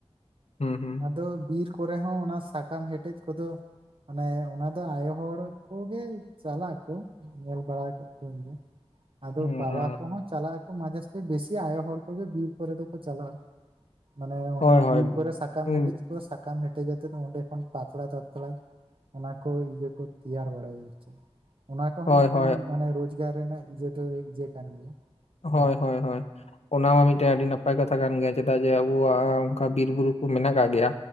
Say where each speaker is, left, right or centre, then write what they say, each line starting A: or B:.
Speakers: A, on the left; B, on the right.
A: ᱦᱩᱸ ᱦᱩᱸ
B: ᱟᱫᱚ ᱵᱤᱨ ᱠᱚᱨᱮ ᱦᱚᱸ ᱚᱱᱟ ᱥᱟᱠᱟᱢ ᱦᱮᱴᱮᱡᱽ ᱠᱚᱫᱚ ᱢᱟᱱᱮ ᱚᱱᱟ ᱫᱚ ᱟᱭᱳ ᱦᱚᱲ ᱠᱚᱜᱮ ᱪᱟᱞᱟᱜ ᱟᱠᱚ ᱧᱮᱞ ᱵᱟᱲᱟᱭ ᱟᱠᱟᱫ ᱠᱚᱣᱟᱹᱧ ᱜᱮ ᱟᱫᱚ
A: ᱦᱩᱸ
B: ᱵᱟᱵᱟ
A: ᱦᱩᱸ
B: ᱠᱚᱦᱚᱸ ᱪᱟᱞᱟᱜ ᱟᱠᱚ ᱢᱟᱡᱷᱮ ᱥᱟᱡᱷᱮ ᱵᱮᱥᱤ ᱟᱭᱳ ᱦᱚᱲ ᱠᱚᱜᱮ ᱵᱤᱨ ᱠᱚᱨᱮ ᱫᱚᱠᱚ ᱪᱟᱞᱟᱜᱼᱟ ᱢᱟᱱᱮ
A: ᱦᱳᱭ
B: ᱚᱱᱮ
A: ᱦᱳᱭ
B: ᱵᱤᱨ ᱠᱚᱨᱮ ᱥᱟᱠᱟᱢ
A: ᱦᱩᱸ
B: ᱦᱮᱴᱮᱡᱽ ᱠᱚ ᱥᱟᱠᱟᱢ ᱦᱮᱴᱮᱡ ᱚ ᱚᱸᱰᱮ ᱠᱷᱚᱱ ᱯᱟᱛᱲᱟ ᱛᱟᱛᱲᱟ ᱚᱱᱟ ᱠᱚ ᱤᱭᱟᱹ ᱠᱚ ᱛᱮᱭᱟᱨ ᱵᱟᱲᱟᱭᱟ ᱚᱱᱟ ᱠᱚᱦᱚᱸ
A: ᱦᱳᱭ
B: ᱢᱤᱫᱴᱟᱝ
A: ᱦᱳᱭ
B: ᱢᱟᱱᱮ ᱨᱳᱡᱽᱜᱟᱨ ᱨᱮᱱᱟᱜ ᱤᱡᱟᱹ ᱫᱚ ᱤᱡᱟᱹ ᱠᱟᱱ ᱜᱮᱭᱟ
A: ᱦᱳᱭ
B: ᱦᱮᱸ
A: ᱦᱳᱭ ᱦᱳᱭ ᱚᱱᱟ ᱦᱚᱸ ᱢᱤᱫᱴᱮᱡ ᱟᱹᱰᱤ ᱱᱟᱯᱟᱭ ᱠᱟᱛᱷᱟ ᱠᱟᱱ ᱜᱮᱭᱟ ᱪᱮᱫᱟᱜ ᱡᱮ ᱟᱵᱚᱣᱟᱜ ᱚᱱᱠᱟ ᱵᱤᱨ ᱵᱩᱨᱩ ᱠᱚ ᱢᱮᱱᱟᱜ ᱠᱟᱜ ᱜᱮᱭᱟ